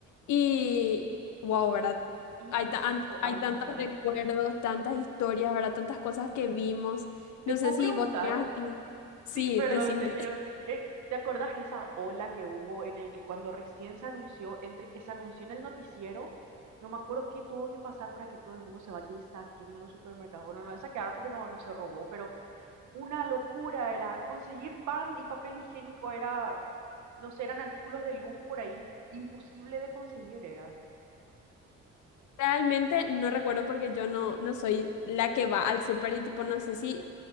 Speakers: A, on the left; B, on the right.
A: Y, wow, ¿verdad?
B: Hija,
A: Hay, ta-
B: cinco
A: an- hay
B: años
A: tantos
B: ya.
A: recuerdos, tantas historias, ¿verdad? Tantas cosas que vimos.
B: Te
A: No
B: puedo
A: sé si
B: preguntar
A: vos tenías así.
B: Sí,
A: Sí,
B: perdón,
A: decime.
B: te quiero. eh, ¿te acordás esa ola que hubo en el que cuando recién se anunció, entre que se anunció en el noticiero, no me acuerdo qué tuvo que pasar para que todo el mundo se vaya y saque en los supermercados? Bueno, no es saquear porque no, no se robó, pero una locura era conseguir pan y papel higiénico era, no sé, eran artículos de lujo por ahí, imposible de conseguir era.
A: Realmente no recuerdo porque yo no, no soy la que va al súper y tipo, no sé si,